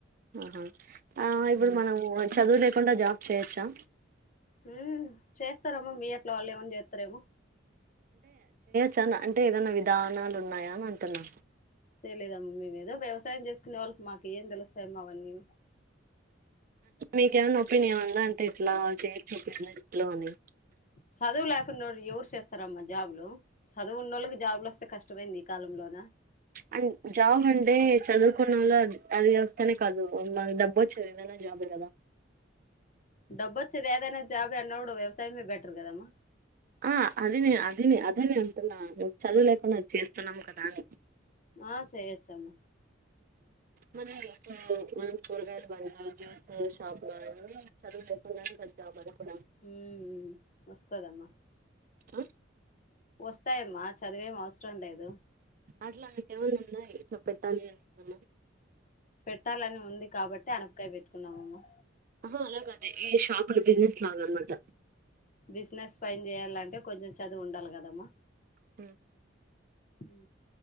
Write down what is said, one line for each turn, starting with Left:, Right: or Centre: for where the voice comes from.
Right: ఆహా ఆ ఇప్పుడు
Left: ఉమ్
Right: మనం చదువు లేకుండా జాబ్ చేయొచ్చా?
Left: మ్మ్ చేస్తారేమో మీ ఎట్లా వాళ్ళు ఏమైనా చేస్తారేమో
Right: చా అంటే ఏదైనా విధానాలు ఉన్నాయా అని అంటున్నా
Left: తెలిదమ్మ మేమ ఏదో వ్యవసాయం చేసుకునే వాళ్ళకి మాకు ఏం తెలుస్తాయ అమ్మా అవన్నీ
Right: మీకేమన్నా ఒపీనియన్ ఉందా అంటే ఇట్లా చేయ చూపిించందిలో అని
Left: సదువులేకుోడి ఎవరు చేస్తారమ్మా జాబ్ లు చదువు ఉన్న వాళ్ళకి జాబ్ులు వస్తే కష్టమైంది ఈ కాలంలోన
Right: అం జాబ్ అంటే చదువుకున్న వాళ్ు అది వస్తేనే కాదు మాకు డబ్బు వ చదిదనా జాబ్ కదా
Left: డబ్బు వచ్చది అదనా జాబ్ నోడు వ్యవసామ బెటర్ కదమ్మా
Right: ఆ అదినే అదినే అదేనే అంటున్నా మే చదువు లేకుండా అది చేస్తున్నాం కదా అని
Left: ఆ చేయొచ్చ అమ్మ
Right: మన ఇప్పు మనం కూరగాయలు బంలు జ్యూస్ షాప్ లో అ చదువు లేకుండానికిాని
Left: ఉ వస్తదమ్మా
Right: ఆ
Left: వస్తాయమ్మా చదివేం అవసరం లేదు
Right: అట్లా ఆమెక ఏమైన్నా ఉన్నా ఇలా పెట్టాలి అని మన
Left: పెట్టాలని ఉంది కాబట్టి అనపకాయ పెట్టుకున్నామమ్మ
Right: హ అలాగ అదే ఈ ాప్ లో బిజినెస్ లాగా అనమాట
Left: బిజినెస్ పైన చేయాలంటే కొంచెం చదువు ఉండాలి కదమ్మా
Right: హ
Left: హ